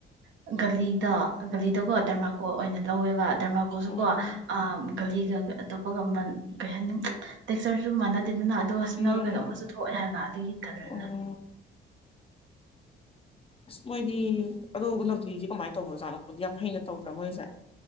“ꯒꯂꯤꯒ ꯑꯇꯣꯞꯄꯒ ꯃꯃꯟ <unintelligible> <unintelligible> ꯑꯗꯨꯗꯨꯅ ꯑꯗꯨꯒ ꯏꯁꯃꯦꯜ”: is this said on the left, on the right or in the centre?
Right